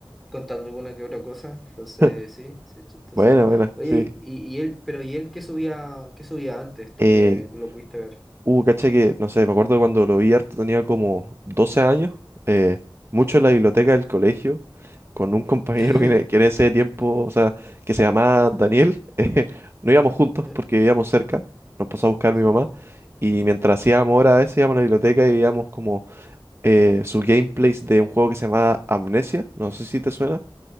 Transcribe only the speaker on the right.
<laughs>
Buena, buena,
sí.
Eh,
Uh, caché que, no sé, me acuerdo cuando lo vi harto, tenía como 12 años, eh, mucho en la biblioteca del colegio, con un <laughs> compañero
que, en- que en ese tiempo, o sea, que se llamaba Daniel, <laughs> eh, no íbamos juntos
porque vivíamos cerca, nos pasó a buscar
mi mamá, y mientras hacíamos horas a veces íbamos a la biblioteca y veíamos como eh, su gameplays de un juego que se llamaba Amnesia, no sé si te suena.